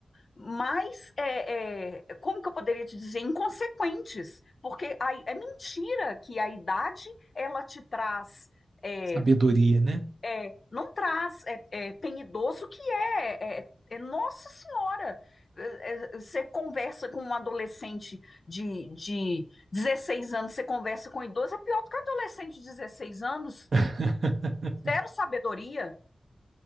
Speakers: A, on the left; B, on the right.
A: mais, é, é, como que eu poderia te dizer, inconsequentes, porque a- é mentira que a idade ela te traz, é,
B: sabedoria, né?
A: é, não traz, é, é, tem idoso que é, é, é, Nossa Senhora, É, é, você conversa com um adolescente de, de 16 anos, você conversa com um idoso, é pior do que um adolescente de 16 anos,
B: <laughs>
A: zero sabedoria.